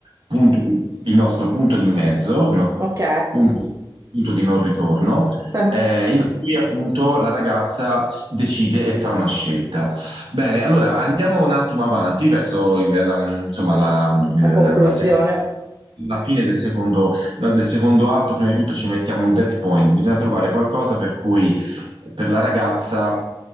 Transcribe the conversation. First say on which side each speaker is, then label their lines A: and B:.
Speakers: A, on the right; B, on the right.
A: punto, di- il nostro punto di mezzo, il nostro
B: Ok.
A: punto, punto di non ritorno,
B: <laughs>
A: eh, in cui appunto la ragazza s- decide e fa una scelta. Bene, allora andiamo un attimo avanti verso il- la, insomma, la,
B: La conclusione.
A: la la seconda- la fine del secondo nel secondo atto, prima di tutto, ci mettiamo un dead point. Bisogna trovare qualcosa per cui per la ragazza,